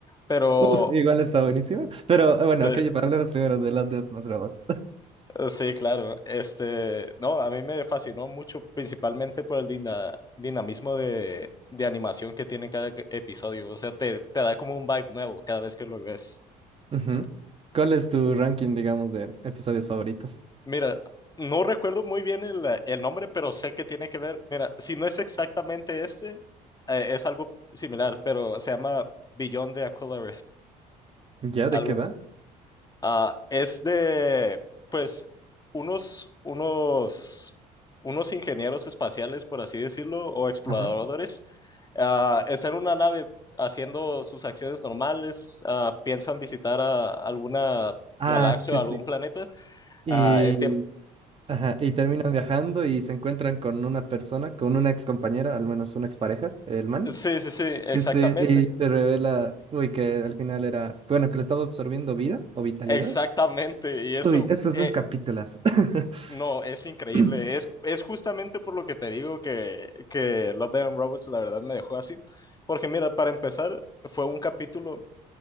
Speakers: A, on the left (about 20°); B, on the right (about 30°).
A: pero
B: Uf, igual está buenísima. Pero ah, bueno,
A: sí,
B: ok, hablemos primero de Love, Death Más Robots.
A: sí, claro. Este, no, a mí me fascinó mucho, principalmente por el dina- dinamismo de, de animación que tiene cada episodio. O sea, te, te da como un vibe nuevo cada vez que lo ves.
B: <laughs> Ujú. ¿Cuál es tu ranking, digamos, de episodios favoritos?
A: Mira, no recuerdo muy bien el, eh, el nombre, pero sé que tiene que ver. Mira, si no es exactamente este, eh, es algo similar, pero se llama Beyond de Aquila Rift.
B: ¿Ya? ¿De
A: Algo,
B: qué va?
A: ah, es de, pues, unos, unos, unos ingenieros espaciales, por así decirlo, o exploradores.
B: Ajá.
A: ah, están en una nave haciendo sus acciones normales, ah, piensan visitar a alguna
B: Ah,
A: galaxia
B: sí,
A: o algún
B: sí.
A: planeta
B: Y,
A: ah, en tiempo.
B: ajá, y terminan viajando y se encuentran con una persona, con una ex compañera, al menos una expareja, el man.
A: Sí, sí, sí, exactamente,
B: Sí, sí, y se revela, uy, que al final era, bueno, que le estaba absorbiendo vida o vitalidad.
A: exactamente. Y eso,
B: Uy, eso es
A: eh,
B: un capitulazo. <clears throat>
A: no, es increíble.
B: <laughs>
A: Es, es justamente por lo que te digo que, que Love, Death and Robots la verdad me dejó así. Porque mira, para empezar, fue un capítulo